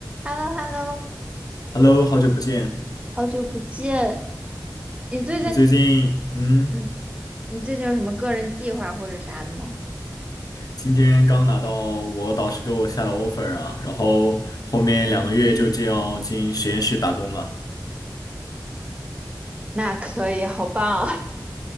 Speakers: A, on the right; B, on the left.
A: h e l l o h e l l o
B: Hello，好久不见。
A: 好久不见。你最近，
B: 你最近，嗯，
A: 嗯，你最近有什么个人计划或者啥的吗？
B: 今天刚拿到我导师给我下的 offer 啊，然后后面两个月就这样进实验室打工了，
A: 那可以，好棒啊！